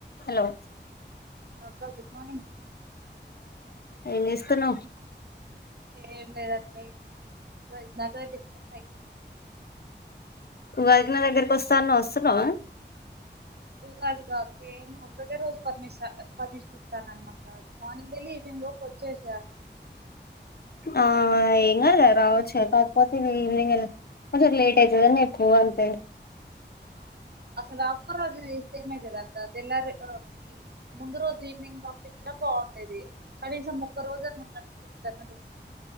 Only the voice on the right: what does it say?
hello అక్క good morning
ఎం లేదక్కా ఇగ వదినతోటి ఇప్పుడే పైకి వచ్చినం
ఉగాదికాక్క ఏమో ఒకటే రోజ్ పర్మిసా పర్మిషన్ ఇస్తానన్నారు మా సార్ మార్నింగ్ వెళ్ళి ఈవినింగ్ లోకి వచ్చేస్
ఆ అసలు ఆ ఒక్క రోజే ఎమైతాదిక్క తెల్లారి ఆ కి ముందు రోజు ఈవినింగ్ పంపించినా బాగుండేది, కనీసం ఒక్క రోజన్నా ఉండ <unintelligible>